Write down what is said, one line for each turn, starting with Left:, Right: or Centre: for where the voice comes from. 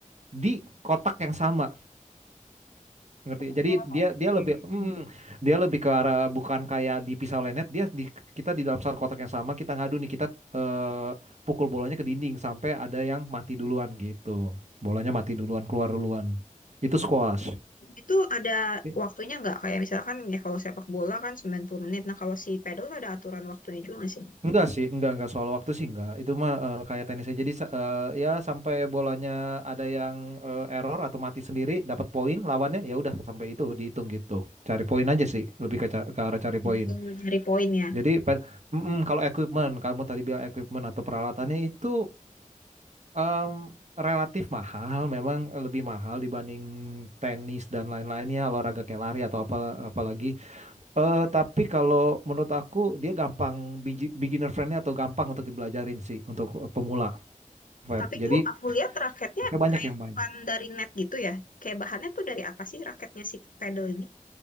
Right: di kotak yang sama. ngerti
Left: Oh,
Right: jadi dia dia
Left: oke.
Right: lebih mm, dia lebih ke arah bukan kayak di pisau lenet dia di kita di dalam satu kotak yang sama kita ngadu nih kita eh, pukul bolanya ke dinding sampai ada yang mati duluan gitu bolanya
Left: Hmm.
Right: mati duluan keluar duluan itu squash
Left: Itu ada
Right: I-
Left: waktunya nggak? Kayak misalkan ya kalau sepak bola kan 90 menit. Nah kalau si pedal tuh ada aturan waktunya juga nggak sih?
Right: enggak sih enggak enggak soal waktu sih enggak itu mah eh, kayak tenis aja jadi sa- eh, ya sampai bolanya ada yang eh, error atau mati sendiri dapat poin lawannya ya udah sampai itu dihitung gitu cari poin aja sih lebih ke, ca- ke arah cari poin
Left: Jadi kalau nyari poin ya.
Right: Jadi pen- Mm-mm, kalau equipment, kamu tadi bilang equipment atau peralatannya itu em, relatif mahal, memang lebih mahal dibanding tenis dan lain-lainnya, olahraga kayak lari atau apa apalagi. Eh, tapi kalau menurut aku dia gampang biji- beginner friendly atau gampang untuk dibelajarin sih untuk eh, pemula, Feb.
Left: Tapi
Right: Jadi
Left: tuh aku lihat raketnya
Right: pakai banyak
Left: kayak
Right: yang
Left: bukan
Right: main.
Left: dari net gitu ya. Kayak bahannya tuh dari apa sih raketnya si pedal ini?